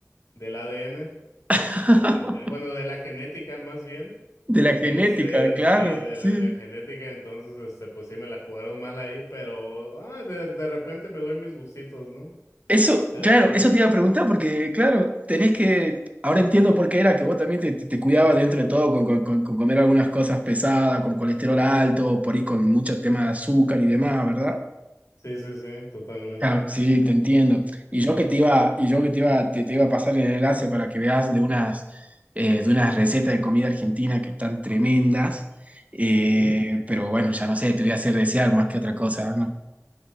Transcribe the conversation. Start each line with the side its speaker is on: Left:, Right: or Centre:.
Left: del ADN, este,
Right: <laughs>
Left: de- bueno, de la genética más bien.
Right: De la genética,
Left: Este,
Right: claro,
Left: sí, de
Right: sí.
Left: la genética, entonces, este, pues sí me la jugaron mal ahí, pero ah, de, de repente me doy mis gustitos, ¿no?
Right: Eso,
Left: Ah,
Right: claro, eso te iba a preguntar porque, claro, tenés que, ahora entiendo por qué era que vos también te, te cuidabas dentro de todo con, con- con- con comer algunas cosas pesadas, con colesterol alto, por ahí con muchos temas de azúcar y demás, ¿verdad?
Left: sí, sí, sí, totalmente.
Right: Claro, sí, te entiendo. Y yo que te iba, y yo que te iba, te, te iba a pasar el enlace para que veas de unas, eh, de unas recetas de comida argentina que están tremendas. Eh,
Left: Ujú.
Right: pero bueno, ya no sé, te voy a hacer desear más que otra cosa, ¿no?